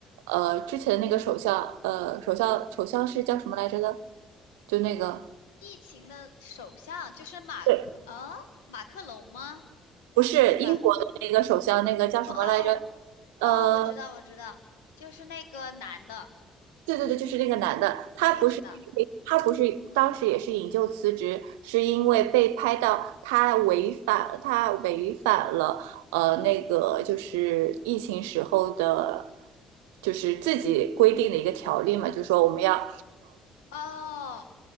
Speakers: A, on the right (about 70°); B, on the left (about 75°).
A: 呃，之前那个首相，呃，首相首相是叫什么来着的？就那个，
B: 疫情的首相就是马，
A: 对，
B: 呃，啊马克龙吗？
A: 不是英国的那个首相，
B: 不是吧？
A: 那个叫什么来着？
B: 哦哦哦
A: 呃。
B: 哦，我知道我知道，就是那个男的。
A: 对对对，就是那个男的，他不是
B: 哦，我知道。
A: 他不是当时也是引咎辞职，是因为被拍到他违反他违反了呃那个就是疫情时候的，就是自己规定的一个条例嘛，就是说我们要
B: 哦